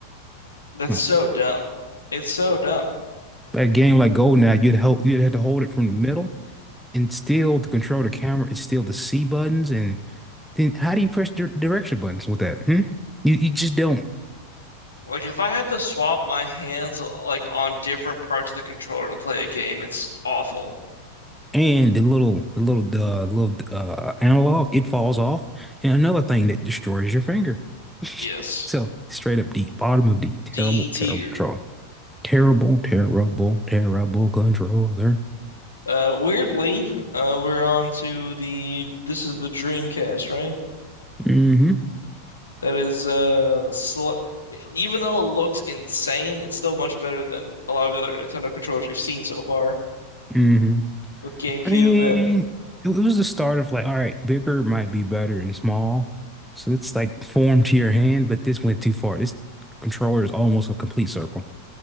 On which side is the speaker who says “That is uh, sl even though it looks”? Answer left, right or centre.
Left